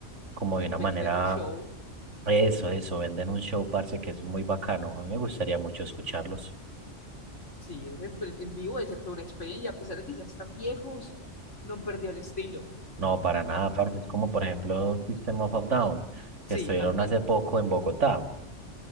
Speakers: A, on the right (about 75°); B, on the left (about 85°).
A: como de una
B: Venden
A: manera,
B: un show.
A: eso, eso, venden un show, parce, que es muy bacano. A mí me gustaría mucho escucharlos.
B: Sí, es en, en vivo debe ser toda una experiencia, y a pesar de que ya están viejos, no han perdido el estilo.
A: No, para nada, parce. Es como, por ejemplo, System of a Down,
B: Sí,
A: que estuvieron
B: también.
A: hace poco en Bogotá.